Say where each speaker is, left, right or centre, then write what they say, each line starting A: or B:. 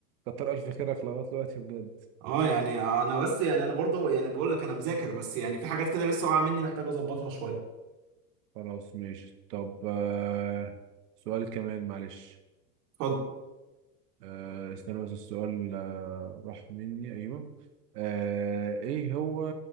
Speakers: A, on the right; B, on the right.
A: كتر ألف خيرك لغاية دلوقتي بجد
B: اه يعني انا بس يعني انا برضو يعني بقول لك انا مذاكر بس يعني في حاجات كده لسه واقعة مني محتاج اظبطها شوية
A: خلاص ماشي طب آه، سؤال كمان معلش
B: اتفضل
A: آه، استنى بس السؤال آه، راح مني أيوه آه، إيه هو